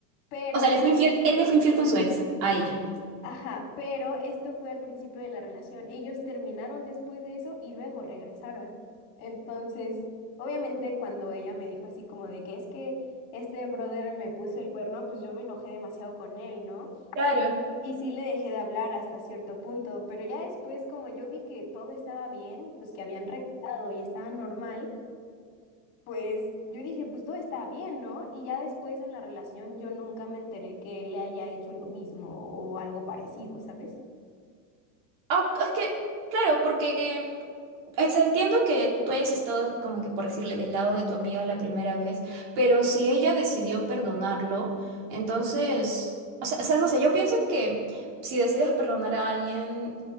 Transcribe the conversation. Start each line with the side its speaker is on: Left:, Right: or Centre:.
Left: pero
Right: O sea, le fue infiel, él le fue infiel con su ex, a ella.
Left: Ajá, pero esto fue al principio de la relación. Ellos terminaron después de eso y luego regresaron. Entonces, obviamente cuando ella me dijo así como de que es que este brother me puso el cuerno, pues yo me enojé demasiado con él, ¿no?
Right: Claro.
Left: Y sí le dejé de hablar hasta cierto punto, pero ya después como yo vi que todo estaba bien, pues que habían regresado y estaba normal, pues yo dije, pues todo está bien, ¿no? Y ya después en la relación yo nunca me enteré que le haya hecho lo mismo o algo parecido, ¿sabes?
Right: Ah, es que, claro, porque Es- Entiendo que tú hayas estado, como que por decirle, del lado de tu amiga la primera vez, pero si ella decidió perdonarlo, entonces, o sea, o sea, no sé, yo pienso que si decides perdonar a alguien